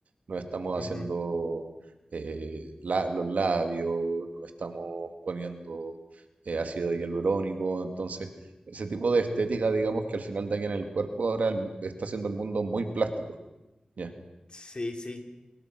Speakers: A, on the right (about 85°); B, on the left (about 40°).
A: Nos estamos
B: Ujú.
A: haciendo eh, la- los labios, nos estamos poniendo eh, ácido hialurónico, entonces ese tipo de estética, digamos, que al final daña en el cuerpo, ahora el- está haciendo el mundo muy plástico, ¿ya?
B: Sí, sí.